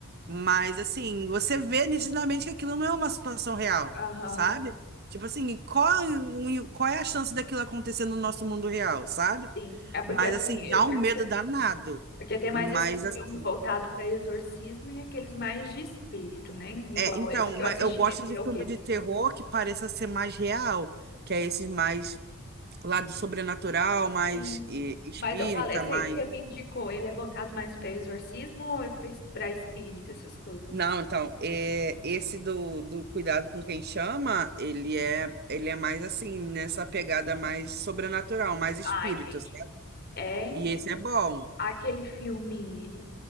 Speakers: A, on the right; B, on the left.
A: Mas assim, você vê nitidamente que aquilo não é uma situação real,
B: Aham.
A: sabe? Tipo assim, qual, um- qual é a chance daquilo acontecer no nosso mundo real, sabe?
B: Sim, é porque
A: Mas
B: assim,
A: assim,
B: eu
A: dá
B: pergunto
A: um medo
B: assim,
A: danado.
B: porque tem mais
A: Mas
B: esses
A: assim,
B: filmes voltados para exorcismo e aqueles mais de espírito, né? Igual
A: É, então,
B: esse que
A: ma-
B: eu assisti,
A: eu gosto
B: esse
A: de
B: é
A: filme
B: o quê?
A: de terror que pareça ser mais real, que é esse mais lado sobrenatural, mais
B: Sim.
A: eh, espírita,
B: Mas eu falei, esse
A: mais.
B: aí que você me indicou, ele é voltado mais para exorcismo ou é para espírito, essas coisas?
A: Não, então, é, esse do, do Cuidado com Quem Chama, ele é, ele é mais assim, nessa pegada mais sobrenatural, mais espírito,
B: Ah, entendi.
A: certo?
B: É
A: E esse é bom.
B: aquele filme